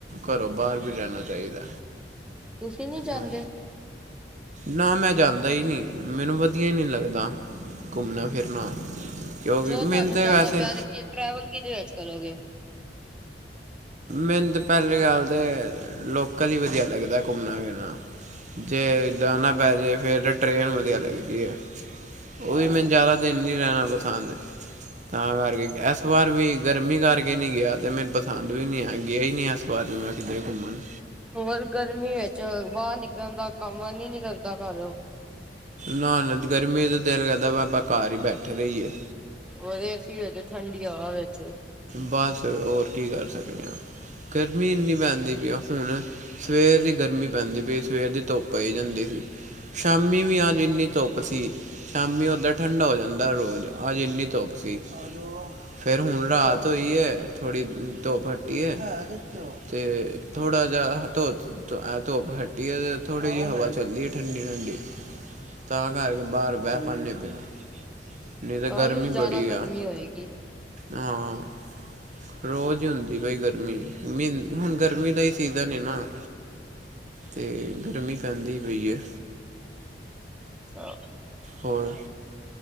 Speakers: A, on the right (about 45°); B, in the centre.
A: ਘਰੋਂ ਬਾਹਰ ਵੀ ਜਾਣਾ ਚਾਹੀਦਾ।
B: ਤੁਸੀਂ ਨੀ ਜਾਂਦੇ?
A: ਹਾਂ ਨਾ ਮੈਂ ਜਾਂਦਾ ਹੀ ਨੀਂ ਮੈਨੂੰ ਵਧੀਆ ਨੀਂ ਲੱਗਦਾ। ਘੁੰਮਣਾ, ਫਿਰਨਾ ਕਿਉਂਕਿ
B: ਜੋ
A: ਮੈਨੂੰ
B: ਤੁਹਾਨੂੰ
A: ਤੇ
B: ਜਾਣਾ
A: ਵੈਸੈ
B: ਪਿਆ ਕਿ ਟਰੈਵਲ ਕਿਹਦੇ ਵਿੱਚ ਕਰੋਗੇ?
A: ਮੈਨੂੰ ਤੇ ਪਹਿਲੀ ਗੱਲ ਤੇ ਅ ਲੋਕਲ ਹੀ ਵਧੀਆ ਲੱਗਦਾ ਘੁੰਮਣਾ ਫਿਰਨਾ ਜੇ ਜਾਣਾ ਪੈ ਜੇ ਫੇਰ ਤਾਂ ਟ੍ਰਰੇਨ ਹੀ ਵਧੀਆ ਲੱਗਦੀ ਏ ਉਹੀ
B: ਹਾਂ
A: ਮੈਨੂੰ ਜ਼ਿਆਦਾ ਦਿੱਲੀ ਜਾਣਾ ਪਸੰਦ ਏ ਤਾਂ ਕਰਕੇ ਏਸ ਵਾਰ ਵੀ ਗਰਮੀ ਕਰਕੇ ਨੀਂ ਗਿਆ ਤੇ ਮੈਨੂੰ ਪਸੰ ਦ ਵੀ ਨੀਂ ਹੈਗੀਂ ਗਿਆ ਹੀ ਨੀਂ ਮੈਂ ਏਸ ਵਾਰ ਵੀ ਮੈਂ ਕਿਦਰੇ ਘੁੰਮਣ।
B: ਹੋਰ ਗਰਮੀ ਵਿੱਚ ਬਾਹਰ ਨਿਕਲਣ ਦਾ ਕੰਮ ਹੈ ਵੀ ਨੀਂ ਕਰਦਾ ਘਰੋਂ
A: ਨਾ ਨਾ ਗਰਮੀ ਦਾ ਦਿਲ ਕਰਦਾ ਵਾ ਆਪਾਂ ਘਰ ਹੀ ਬੈਠੇ ਰਹੀ ਏ
B: ਉਰ ਏ ਸੀ ਵਿੱਚ ਠੰਡੀ ਹਵਾ ਵਿੱਚ।
A: ਬਸ ਹੋਰ ਕੀ ਕਰ ਸਕਦੇ ਆਂ, ਗਰਮੀ ਇੰਨੀ ਪੈਂਦੀ ਪਈ ਆ ਫੁਣ ਸਵੇਰ ਦੀ ਗਰਮੀ ਪੈਂਦੀ ਪਈ ਸਵੇਰ ਦੀ ਧੁੱਪ ਪਈ ਜਾਂਦੀ ਸੀ। ਸ਼ਾਮੀ ਵੀ ਅੱਜ ਐਨੀ ਧੁੱਪ ਸੀ। ਸ਼ਾਮੀ ਓਦਾਂ ਠੰਡਾ ਹੋ ਜਾਂਦਾ ਰੋਜ਼, ਅੱਜ ਐਨੀ ਧੁੱਪ ਸੀ ਫੇਰ ਹੁਣ
B: ਅੱਛਾ
A: ਰਾਤ ਹੋਈ ਐ ਥੋੜੀ ਧੁੱਪ ਹੱਟੀ ਐ ਤੇ ਥੋੜਾ ਜਾ ਧ ਐਹ ਧੁੱਪ ਹੱਟੀ ਏ ਤੇ ਥੋੜ੍ਹੀ ਜੀ ਹਵਾ ਚੱਲੀ ਐ ਠੰਡੀ-ਠੰਡੀ। ਤਾਂ ਕਰਕੇ ਬਾਹਰ ਬਹਿ ਪਾਨੇ ਪ‌ਏ ਆ, ਨਹੀਂ ਤਾਂ
B: ਕੱਲ
A: ਗਰਮੀ
B: ਵੀ ਜ਼ਿਆਦਾ
A: ਬੜੀ
B: ਗਰਮੀ
A: ਆ।
B: ਹੋਏਗੀ।
A: ਹਾਂ, ਰੋਜ਼ ਈ ਹੁੰਦੀ ਪਈ ਗਰਮੀ, ਮੀ ਹੁਣ ਗਰਮੀ ਦਾ ਈ ਸੀਜ਼ ਜ਼ਨ ਏ ਨਾ, ਤੇ ਗਰਮੀ ਪੈਦੀ ਪ‌ਈ ਐ।
B: ਹਾਂ।
A: ਹੋਰ?